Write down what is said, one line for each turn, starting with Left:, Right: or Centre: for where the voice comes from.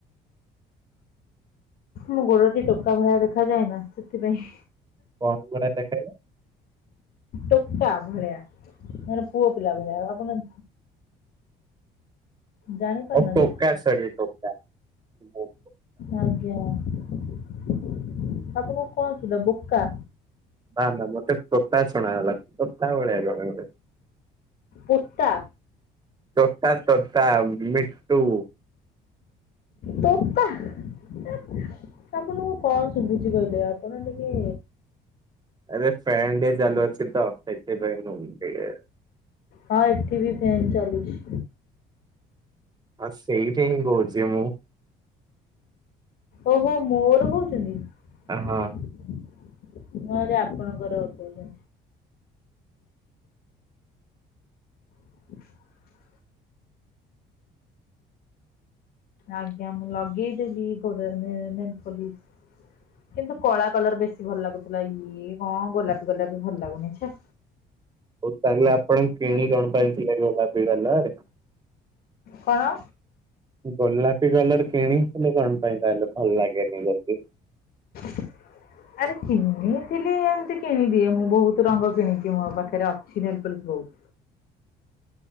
Left: ମୋ ଗୋଡଟା ଟିକେ ଟୋକା ଭଳିଆ ଦେଖାଯାଏ ନା ସେଥିପାଇଁ।
Right: କଣ ଗୁରା ଦେଖାଇଲେ
Left: ଟୋକା ଭଳିଆ ମାନେ ପୁଅ ପିଲା ଭଳିଆ ଆଉ ଆପଣ ଜାଣି ପାରୁନାହାନ୍ତି
Right: ଓ ଟୋକା
Left: କି?
Right: ସରି ଟୋକା ବୋ
Left: ଆଜ୍ଞା ଆପଣଙ୍କୁ କଣ ସୁଲା ବୋକା?
Right: ନା ନା ମତେ ତୋଟା ଶୁଣାହେଲା ସୋତା ଭଳିଆ <unintelligible>
Left: କୁତ୍ତା।
Right: ତୋଟା ତୋଟା ମିଟୁ।
Left: ତୋତା ଆପଣଙ୍କୁ କଣ ଶୁଭୁଛି କହିଲେ ଆପଣ ଟିକେ
Right: ଆରେ ଫ୍ରେଣ୍ଡଏ ଚାଲୁ ଅଛି ତ ସେଥିପାଇଁ ମୁଁ ଟିକେ
Left: ହଁ ଏଠି ବି ଫ୍ୟାନ୍ ଚାଲୁଛି।
Right: ହଁ ସେଇଟା ହିଁ କହୁଛି ମୁଁ।
Left: ଓହୋ ମୋର ହୋଉଛନ୍ତି।
Right: ହଁ।
Left: <unintelligible> ଆପଣଙ୍କର କହୁଛନ୍ତି। <inaudible> ଆଜ୍ଞା। ମୁଁ ଲଗେଇଦେଲି ଗୋଡ଼ରେ ନେଲପଲିଶ। କିନ୍ତୁ କଳା କଲର ବେଶୀ ଭଲ ଲାଗୁଥିଲା। ଇଏ କଣ ଗୋଲାପୀ ଗୋଲାପି ଭଲ ଲାଗୁନି ଛେ।
Right: ହଉ ତାହେଲେ ଆପଣ କିଣି କଣ ପାଇଁଥିଲେ ଗୋଲାପି କଲର?
Left: କଣ?
Right: ଗୋଲାପୀ କଲର କିଣିିଥିଲେ କଣ ପାଇଁ ତାହଲେ ଭଲ ଲାଗେନି ଯଦି?
Left: <inaudible> ଆରେ କିଣିଥିଲି ଏମିତି କିଣିଦିଏ ମୁଁ। ବହୁତ ରଙ୍ଗ କିଣିଚି ମୋ ପାଖରେ ଅଛି ନେଲପାଲିଶ ବହୁତ।